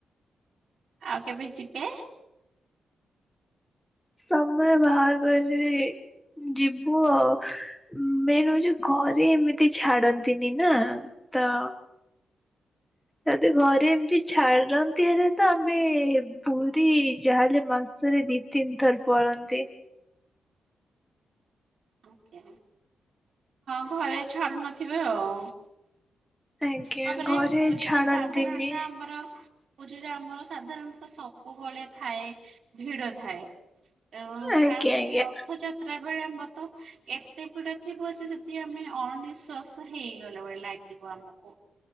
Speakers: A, on the right; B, in the centre.
A: ଆଉ କେବେ ଯିବେ?
B: ସମୟ ବାହାର କରି ଯିବୁ ଆଉ। ମେନ୍ ହୋଉଚି ଘରେ ଏମିତି ଛାଡନ୍ତିନି ନା ତ ଯଦି ଘରେ ଏମିତି ଛାଡନ୍ତି ହେଲେ ତ ଆମେ ପୁରୀ ଯାହା ହେଲେ ମାସ ସରେ ଦି ତିନି ଥର ପଳନ୍ତି।
A: ଆଜ୍ଞା ହଁ ଘରେ ଛାଡ଼ୁନଥିବେ ଆଉ।
B: ଆଜ୍ଞା
A: ତାପରେ
B: ଘରେ
A: ପୁରୀରେ
B: ଛାଡନ୍ତିନି
A: ସାଧାରଣତଃ ଆମର ପୁରୀରେ ଆମର ସାଧାରଣତଃ ସବୁବେଳେ ଥାଏ ଭିଡ ଥାଏ। ଏବଂ
B: ଆଜ୍ଞା
A: ଖାସକି
B: ଆଜ୍ଞା
A: ରଥଯାତ୍ ତ୍ରା ବେଳେ ଆମ ତ ଏତେ ଭିଡ ଥିବ ଯେ ସେତୀ ଆମେ ଅଣନିଶ୍ୱାସ ହେଇଗଲା ଭଳି ଲାଗ ଗିଵ ଆମକୁ